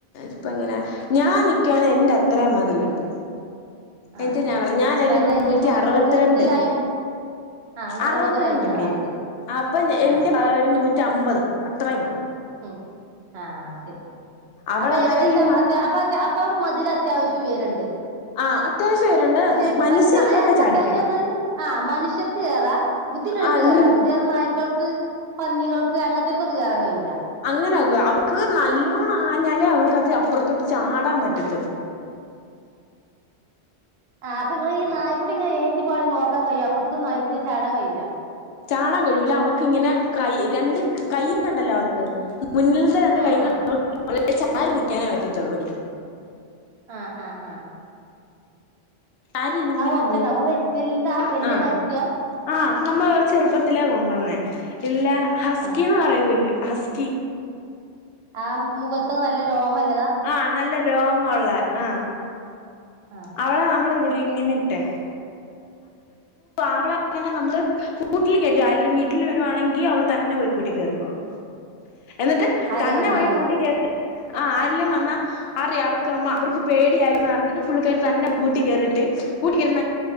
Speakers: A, on the left (about 70°); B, on the right (about 70°).
A: ഇപ്പ എങ്ങനെ ഞാൻ നിക്കണ എൻന്റെ അത്രയും മതിലുണ്ട് എനി
B: ആഹ്
A: ഞ പറ ഞാനരു
B: അപ്പൊ അതിന്റെ
A: നൂറ്റി
B: ഹൈറ്റ് നൂ
A: അറുപത്തിരണ്ട്
B: നൂറ്റി അയ് ആഹ് നൂറ്ററുപത്
A: അറുപത്തിരണ്ട
B: കഴിഞ്ഞ
A: ഉണ്ടേ
B: ആഹ് ശരി
A: അപ്പൊ എന്റെ
B: ആഹ്
A: ഒരു നൂറ്റി നൂറ്റമ്പത് അത്രങ്ങാണ്
B: ഉ ആഹ ശരി
A: അവൾ
B: അപ്പൊ
A: അന്നേരം
B: ഏകദേശം
A: ഈ
B: അപ്പ ഇപ്പം മതിൽ അത്യാവശ്യം ഉയരണ്ട്
A: ആ അത്യാവശ്യം രണ്ട്
B: പക്ഷെ
A: മനുഷ്യർക്കൊക്കെ
B: പക്ഷെ
A: ചാടിക്കയറാം
B: അത്യാവശ്യംന്ന ആ മനുഷ്യർക്ക് കേയറാ ബുദ്ധിക്ക്
A: ആ
B: കേയറാ
A: മൃ
B: ബുദ്ധി നായ്ക്കൾക്ക് പന്നികൾക്ക് അങ്ങനത്തെൊക്കൊന്നന്ന് കയറാൻ കഴിയൂരാ
A: അങ്ങനെക്ക അവർക്ക് നല്ലോണം ആഞ്ഞാലേ അവർക്ക്ത് പ്ര ചാടാൻ പറ്റത്തുള്ളൂ
B: ആ അപ്പൊ നിങ്ങള് ഈ ന്ക്കുട്ടിങ്ങെ ന്തി പാള നോക്കാൻ കഴിയോ അപ്പഴേക്കും നായക്കുട്ട ചാടൻ കഴിയൂല്ലാ
A: ചാണം കഴൂല അവക്ക് ഇങ്ങനെ കൈ രണ്ട് കയ്യ ഉണ്ടല്ലോ അവക്ക് മുന്നിലത്തെ രണ്ട്
B: ആഹ്
A: കൈ
B: ആഹ്
A: ചാരി നിക്കാനെ പറ്റത്തുള്ള്
B: ആ ആ ആ
A: ആര് ഇനി ഇങ്ങനെ
B: ഒച്ചണ്ടാവും
A: നോക്കും
B: വ വലുതാ വല്യ
A: ആ
B: നായ്ക്കുട്ടിയാ
A: ആ നമ്മള് ചെറുപ്പത്തിലേ കൊണ്ടുവന്നേ ഇല്ല ഹസ്കിന്ന്
B: ആ
A: പററൂല്ല അസ്ക്കി
B: ആ മുഖത്തൊക്ക നല്ല രോമല്ല
A: ആ നല്ല രോമ ഉള്ള ആഹ
B: ആ
A: അവള നമ്മള് ഇ ഇങ്ങനെ ഇട്ടേക്കും അവള അങ്ങനെ നമ്മള് കൂട്ടിൽ കേയറ്റ എല്ലാം വീട്ടിൽ വരുവാണെങ്കിൽ അവള് തന്നെ പോയി കൂട്ടി കേയറക്കോളും എന്നിട്ട്
B: ആരേം
A: തന്നെ
B: വന്നാല്
A: പോഴി കൂട്ടി കേറി് ആ അരിലും വന്നാ അറിയാം അവർക്ക് അമ്മ അവർക്ക് പേടിയ ആായി പറഞ്ഞട്ട പുള്ളിക്കാരി തന്നെ കൂട്ട കയറിട്ട് കൂട്ടി കയറി